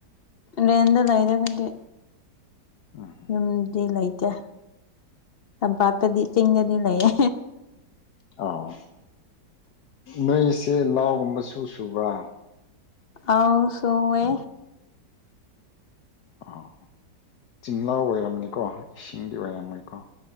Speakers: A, on the left; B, on the left.
A: ꯔꯦꯟꯗ ꯂꯩꯔꯒꯗꯤ
B: ꯑꯝ
A: ꯌꯨꯝꯗꯤ ꯂꯩꯇꯦ ꯇꯝꯄꯥꯛꯇꯗꯤ ꯆꯤꯡꯗꯗꯤ ꯂꯩꯌꯦ
B: ꯑꯣ ꯅꯣꯢꯁꯦ ꯂꯥꯎꯒꯨꯝꯕꯁꯨ ꯁꯨꯕ꯭ꯔꯥ
A: ꯑꯥꯎ ꯁꯨꯋꯦ
B: ꯑꯥ ꯆꯤꯡꯂꯧ ꯑꯣꯢꯔꯝꯅꯤꯀꯣ ꯏꯁꯤꯡꯒꯤ ꯑꯣꯢꯔꯝꯃꯣꯢꯀꯣ